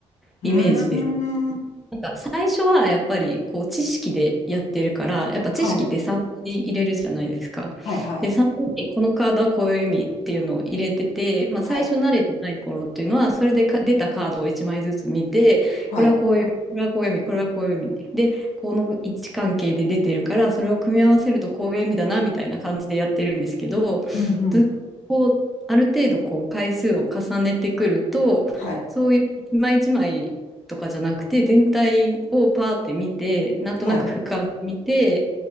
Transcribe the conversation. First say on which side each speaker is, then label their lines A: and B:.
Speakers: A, in the centre; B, on the left.
A: イメージです。
B: うーん。
A: なんか最初はやっぱりこう知識でやってるから、やっぱ知識ってサンプルに入れるじゃないですか。
B: はい。はい。はい。
A: で、サンプルにこのカードはこういう意味っていうのを入れてて、まあ最初慣れてない頃っていうのは、
B: はい。
A: それでか出たカードを1枚ずつ見て、
B: はい。
A: これはこういう意味、これはこういう意味、これはこういう意味。で、この位置関係で出てるから、それを組み合わせるとこういう意味だなみたいな感じでやってるんですけど、
B: うん。うん。
A: ずっとこうある程度こう回数を重ねてくると、
B: はい。
A: そういう一枚一枚とかじゃなくて、全体をパーって見て、なんとなく俯瞰見て、
B: はい。